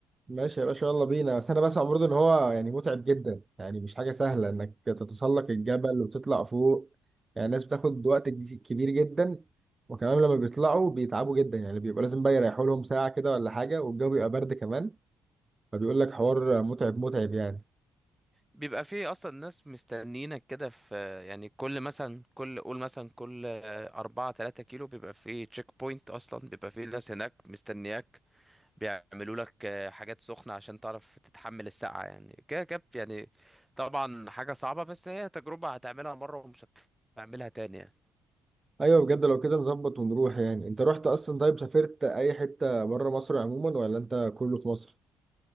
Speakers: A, on the right (about 25°); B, in the centre.
A: ماشي يا باشا يلا بينا بس انا بسمع برضه ان هو يعني متعب جدا يعني مش حاجه سهله انك تتسلق الجبل وتطلع فوق يعني الناس بتاخد وقت ج- كبير جدا وكمان لما بيطلعوا بيتعبوا جدا يعني بيبقى لازم بقى يريحوا لهم ساعه كده ولا حاجه والجو بيبقى برد كمان فبيقول لك حوار متعب متعب يعني
B: بيبقى فيه اصلا ناس مستنيينك كده في آه، يعني كل مثلا كل قول مثلا كل آه، أربعة تلاتة كيلو بيبقى فيه تشيك بوينت اصلا بيبقى فيه ناس هناك مستنياك بيعملوا لك آه، حاجات سخنة عشان تعرف تتحمل السقعة يعني كده كده يعني طبعا حاجة صعبة بس هي تجربة هتعملها مرة ومش هتعملها تاني يعني
A: ايوه بجد لو كده نظبط ونروح يعني انت رحت اصلا طيب سافرت اي حته بره مصر عموما ولا انت كله في مصر